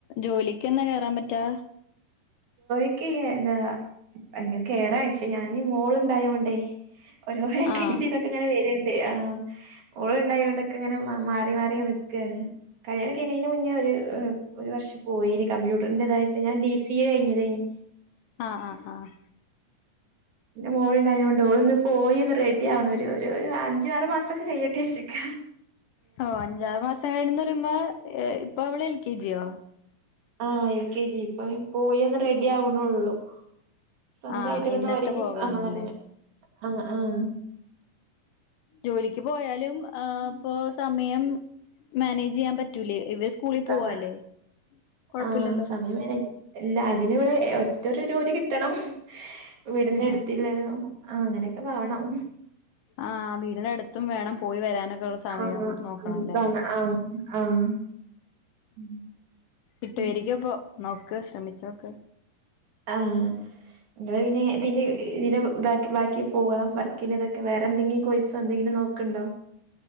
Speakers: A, on the left (about 70°); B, on the right (about 55°).
A: ജോലിക്ക് എന്നാ കേയറാൻ പറ്റാ
B: <unintelligible> കയറയച്ച ഞാനീ മോള ഇണ്ടായോണ്ടേ <unintelligible>
A: ആഹ്
B: ആ ഓള ഇണ്ടായൊണ്ടൊക്കെ ഇങ്ങനെ മാറി മാറിനിക്കയാണ്.... കല്യാണം കഴിണിന് മുന്നേ ഒരു ഒരു വർഷം പോയിനി കമ്പ്യൂട്ടറിന്റേതായിട്ട് ഞാൻ ഡി സി എ കഴിഞ്ഞതേനി
A: ആഹ ആഹ് ആഹ്
B: മോൾ ഇണ്ടായൊണ്ട് ഓൾ പോയിന്ന് റെഡി ആണം ഒരു ഒരു അഞ്ചാറ്മാസൊക്കെ കയ്യട്ടെ വിചാരിച്ചിരിക്ക.
A: ഓ അഞ്ചാറു മാസം കഴന്ന് പറരുമ്പോ ഇപ്പൊ അവള് എൽ കെജിയോ.....
B: ആഹ് എൽ കെ ജി ഇപ്പ പോയിത് റെഡി ആവണള്ളു സ്വന്തായിട്ടൊക്കന്ന്
A: ആ എന്നിട്ട്
B: ഒരുങ്ങി
A: പോകാന്നല്ലേ
B: ആഹ് ആഹ് ആഹ്.
A: ജോലിക്ക് പോയാലും ആ ഇപ്പ സമയം മാനേജ് ചെയ്യാൻ പറ്റൂലേ...... ഇവര് സ്കൂളിൽ
B: സമ
A: പോവാല്ലേ കൊഴപ്പില്ലല്ലോ
B: ആഹ സമയം അതിവിടെ ഒറ്റ ഓരി കിട്ടണം വീടിന്റെ
A: ആ
B: അടുത്തില്ല അങ്ങനെയൊക്കെ വാവണം
A: ആഹ് വീടിനടുത്ത് എത്തും വേണം പോയി വരാനൊക്കെ ഉള്ള സമയം
B: ആഹ്
A: നോക്കണം
B: ഉം
A: ല്ലേ......
B: സമ ആഹ് ആഹ് ഉം
A: വിട്ടുവരികപ്പ
B: ഉം.
A: നോക്ക് ശ്രമിച്ച നോക്ക്
B: ആഹ് നി പിന്നെ ഇ ഇ ബാക്കി പോവാ വർക്കിന് ഇതൊക്കെ വേറെ എന്തെങ്കിലും കോയിസോ എന്തെങ്കിലും നോക്കണ്ടോ